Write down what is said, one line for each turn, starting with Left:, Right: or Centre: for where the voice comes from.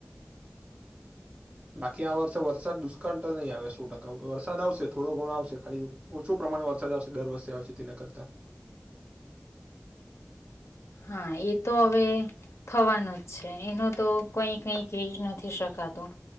Right: બા. કી આ વષે વરસાદ દુષ્કાળ તો નહીં આવે સો ટકા વરસાદ આવશે થોડો ઘણો આવશે. ખાલી ઓછું પ્રમાણે વરસાદ આવશે દર વર્ષે આવશે તેના કરતા.
Left: હા એ તો હવે થવાનું જ છે. એનું તો કઈ કઈ ક નથી શકાતું